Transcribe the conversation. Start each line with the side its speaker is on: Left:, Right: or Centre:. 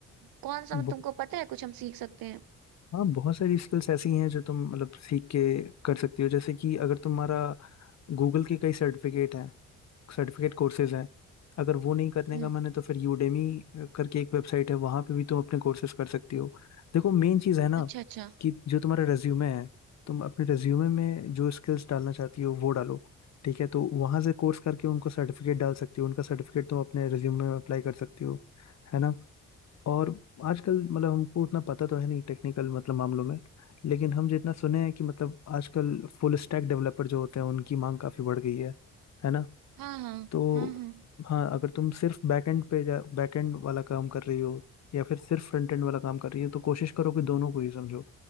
Right: कौन सा
Left: हाँ
Right: तुमको पता है कुछ हम सीख सकते हैं
Left: हाँ बहुत सारी स्किल्स ऐसी हैं जो तुम मतलब सीख के कर सकती हो जैसे कि अगर तुम्हारा गूगल के कई सर्टिफिकेट हैं सर्टिफिकेट कोर्सेज हैं अगर वो नहीं करने
Right: हम्म
Left: का मन है तो फिर यूडेमी करके एक वेबसाइट है वहाँ पे भी तुम अपने कोर्सेज कर सकती हो देखो मेन चीज़ है ना
Right: अच्छा अच्छा
Left: कि जो तुम्हारा रेज्यूमे है तुम अपने रेज्यूमे में जो स्किल्स डालना चाहती हो वो डालो ठीक है तो वहाँ से कोर्स करके उनको सर्टिफिकेट डाल सकती हो उनका सर्टिफिकेट तुम अपने रेज्यूमे में अप्लाई कर सकती हो है ना और आजकल मतलब हमको उतना पता तो है नहीं टेक्निकल मतलब मामलों में लेकिन हम जितना सुने हैं कि मतलब आजकल फुल स्टैक डेवलपर जो होते हैं उनकी मांग काफी बढ़ गई है है ना
Right: हाँ हाँ
Left: तो
Right: हाँ हाँ
Left: हाँ अगर तुम सिर्फ बैकएंड पे जा बैकएंड वाला काम कर रही हो या फिर सिर्फ फ्रंट एंड वाला काम कर रही हो तो कोशिश करो कि दोनों को ही समझो